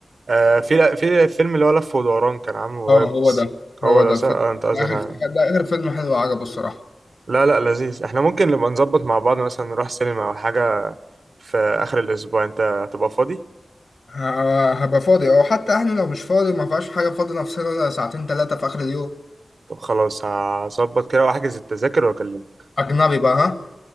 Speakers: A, on the right; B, on the left.
A: آه في في الفيلم اللي هو لف ودوران كان عامله
B: اه
A: قريب
B: هو
A: بس
B: ده
A: هو
B: هو
A: ده
B: ده
A: صح
B: الفيلم
A: آه، انت
B: ده
A: قصدك
B: آخر
A: عليه
B: ده آخر فيلم حلو عجبه الصراحة
A: لا لا لذيذ احنا ممكن نبقى نظبط مع بعض مثلا نروح سينما او حاجه في اخر الاسبوع انت هتبقى فاضي
B: ه- هبقى فاضي أو حتى إحنا لو مش فاضي ما فيهاش حاجة فاضي نفسنا ساعتين تلاتة في آخر اليوم
A: طب خلاص هظبط كده واحجز التذاكر واكلمك
B: أجنبي بقى ها